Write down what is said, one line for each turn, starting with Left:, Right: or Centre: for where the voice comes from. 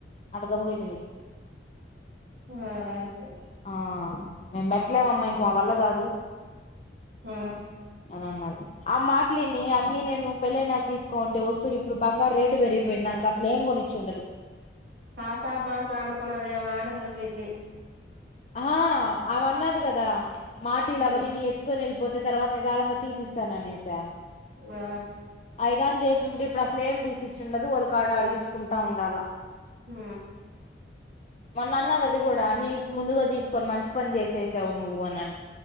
Left: అట్ట గముగైపోయింది
Right: సరే అయితే
Left: ఆ మెంబట్ అట్లేమమ్మా ఇంక మా వల్ల కాదు
Right: ఆ
Left: అని అన్నది ఆ మాటలని అన్ని నేను పెళ్ళై నాకు తీసుకోంటే వస్తు లిప్పుడు బంగారు రేటు పెరిగిపోయింద ఇన్కా అస్లేం కొనిచుండదు
Right: కాసా మాస అనుకున్నదేమో ఆడపిల పెళ్లి
Left: ఆ ఆమె అన్నాది కదా మాటీలు
Right: ఉమ్
Left: అవన్నీ నీ ఎత్తుకొని వెళ్ళిపోత అ తర్వాత న దళంగా తీసి ఇస్తాను అనేసా
Right: ఆ
Left: పైగాన్ చేసి ఉండి ఇప్పుడు అసలే ఏం తీసిచ్చుండదు వాల్ కాడ అడిగిచుకుంటా ఉండాలా
Right: హ
Left: మొన్న అన్నది అది కూడా నీ ముందుగా తీసుకొని మంచి పని చేసేసావు నువ్వు అనన్